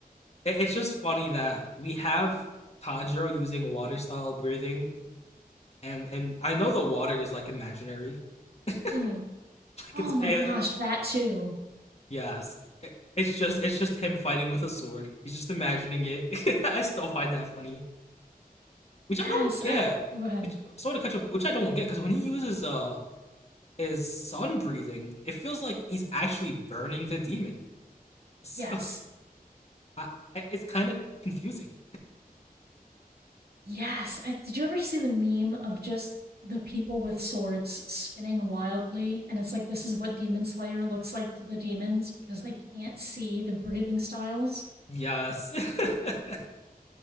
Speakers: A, on the left; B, on the right.
A: it's just funny that we have Tanjiro using water style breathing, and and I know the water is like imaginary, <laughs> like
B: hmm Oh
A: it's
B: my
A: it,
B: gosh, that too.
A: yes. It- it's just it's just him fighting with a sword. He's just imagining it. <laughs> I still find that funny, which
B: Yes,
A: I don't get.
B: I oh, go ahead.
A: Which sorry to catch up, which I don't get because when he uses uh his sun breathing, it feels like he's actually burning the demon. <laughs> So
B: Yes.
A: I, it's kind of confusing.
B: Yes. I, did you ever see the meme of just the people with swords spinning wildly? And it's like, this is what Demon Slayer looks like to the demons because they can't see the breathing styles.
A: Yes. <laughs>